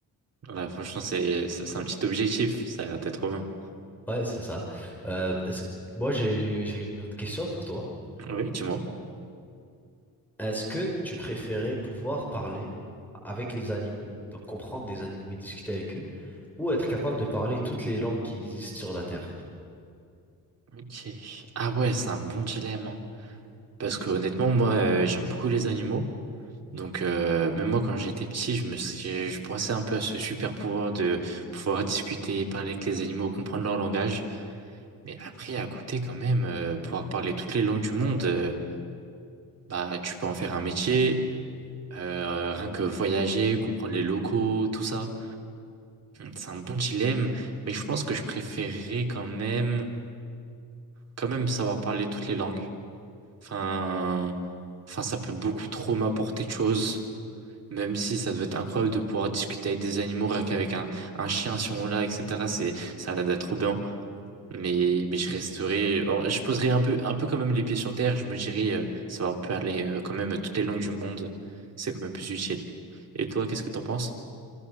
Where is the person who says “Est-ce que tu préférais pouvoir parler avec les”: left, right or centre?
Centre